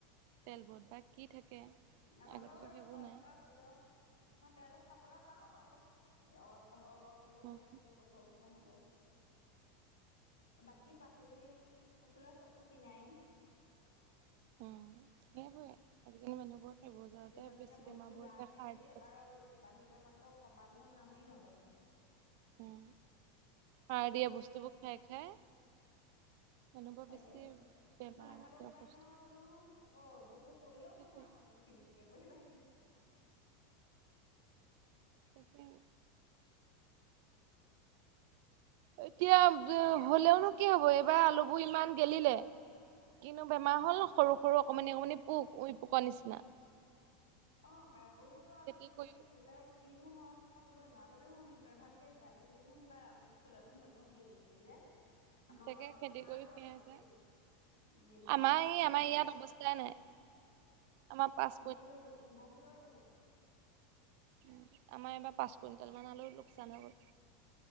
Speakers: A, on the right; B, on the left.
A: তেল বোৱত বা কি থাকে?
B: আমাৰ
A: আগতেতো
B: ঘৰত
A: সেইবোৰ
B: কৰা
A: নাই
B: সৰিয়হ তেল খাবলৈ পাও বাউ অলপ হ'লেও
A: উম
B: মানে গোট বছৰতো নহ'লেও বাকী পাচলি পচলা চবতো কিনাই
A: উম সেইবোৰে আজিকালি মানুহবোৰ সেইবোৰ যাওঁতে
B: দিনক
A: বেছি
B: দিনে বস্তুৰ
A: বেমাৰবোৰ
B: দামহে
A: যে সাৰ
B: যি
A: দিয়া
B: এবাৰ
A: পাচলি
B: বাঢ়িলে মাত্ৰ কমাটো সুন নামেই নলয়
A: উম সাৰ দিয়া বস্তুবোৰ খাই খাই অনুভৱ
B: তাকেহে
A: বেছি বেমাৰ
B: এতিয়া নাখালেও
A: হৈছে
B: উপায়
A: অসুস্থ
B: নোহোৱা হল নহয় আকৌ বস্তু কৰিলেও নোহোৱা
A: হৈছে
B: হল পৃথিৱী তেতিয়া কৰিবা কি? <unintelligible>
A: তাকে। এতিয়া হলেও নো কি হ'ব এইবাৰ আলুবোৰ ইমান গেলিলে। কিনো বেমাৰ হ'ল সৰু সৰু অকমানি অকমানি পোক উই পোক নিচিনা।
B: অ পাই বহুতো আলুবোৰ
A: খেতি
B: তেনেকে
A: কৰি
B: গেলে কিনো হয়। কথাকবই নোৱাৰ আগতে শুন ভালকে থাকে আজিকালি নুনিব আলু বু থ'লে আৰু শুন চ গেলি গেলি যায় <unintelligible> আমাৰ
A: তাকে
B: বও
A: খেতি
B: না
A: কৰি
B: যোৱা
A: সেয়াই
B: বাৰও
A: যে
B: দেই গেলি
A: আমাৰ
B: এতিয়ালৈকে
A: ই আমাৰ ইয়াত অৱস্থাই নাই। আমাৰ পাঁচ
B: লৈয়ে বহুতৰ গেলে
A: উম আমা এইবাৰ পাঁচ কুইণ্টেল মান আলু লোকচান হৈ গ'ল৷